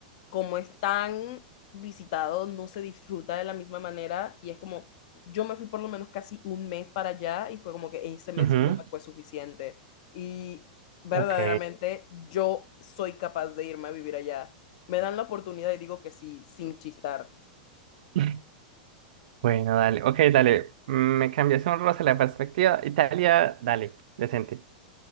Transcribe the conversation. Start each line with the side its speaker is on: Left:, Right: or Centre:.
Left: como es tan visitado, no se disfruta de la misma manera y es como, yo me fui por lo menos casi un mes para allá y fue como que ese mes
Right: Ujú,
Left: no me fue suficiente. Y verdaderamente
Right: Ok.
Left: yo soy capaz de irme a vivir allá. Me dan la oportunidad y digo que sí, sin chistar.
Right: <laughs> Bueno, dale. Ok, dale. Me cambiaste un roce la perspectiva. Italia, dale, decente.